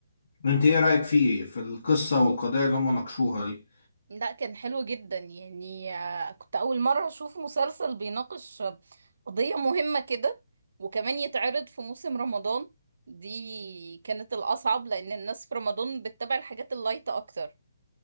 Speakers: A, on the left; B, on the right.
A: انت ايه رأيك فيه في القصة والقضايا اللي هم ناقشوها دي
B: لا كان حلو جدا يعني آه، كنت أول مرة أشوف مسلسل بيناقش آه، قضية مهمة كده وكمان يتعرض في موسم رمضان دي كانت الأصعب لأن الناس في رمضان بتتابع الحاجات اللايتة أكتر